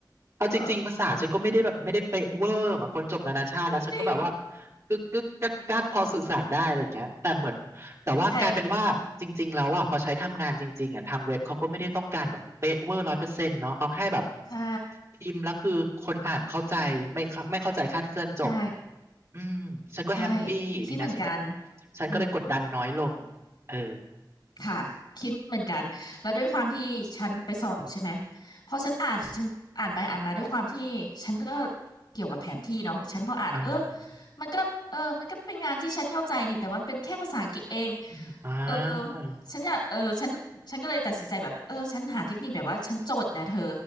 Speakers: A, on the right; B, on the left.
A: เอาจริงๆภาษาฉันก็ไม่ได้แบบไม่ได้เป๊ะเวอร์เหมือนคนจบนานาชาตินะฉันก็แบบว่า
B: เออจริง
A: กึกกึกกักกักพอสื่อสารได้อะไรอย่างเงี้ยแต่เหมือนแต่ว่ากลายเป็นว่าจริงๆแล้วอ่ะพอใช้ทำงานจริงๆอ่ะทางเว็บเขาก็ไม่ได้ต้องการแบบเป๊ะเวอร์ร้อยเปอร์เซ็นต์เนาะเอาแค่แบบ
B: ๆใช่อืมใช่
A: พิมพ์แล้วคือคนอ่านเข้าใจไม่เข้าไม่เข้าใจคลาดเคลื่อนจบ
B: ใช่
A: อืมฉันก็แฮปปี้ทีนะฉันก็
B: ใช่ที่เหมือนกัน
A: ฉันก็เลยกดดันน้อยลง
B: อืม
A: เออ
B: ค่ะคิดเหมือนกันแล้วด้วยความที่ฉันไปสอบใช่ไหมพอฉันอ่านฉันอ่านไปอ่านมาด้วยความที่ฉันก็เกี่ยวกับแผนที่เนาะฉันพออ่านเออ
A: อ่า
B: มันก็เออมันก็เป็นงานที่ฉันเข้าใจนี่แต่มันเป็นแค่ภาษาอังกฤษเอง
A: อืมอ่า
B: เออฉันจะเออฉันฉันก็เลยตัดสินใจแบบเออฉันหาเทคนิคแบบว่าฉันโจทย์นะเธอ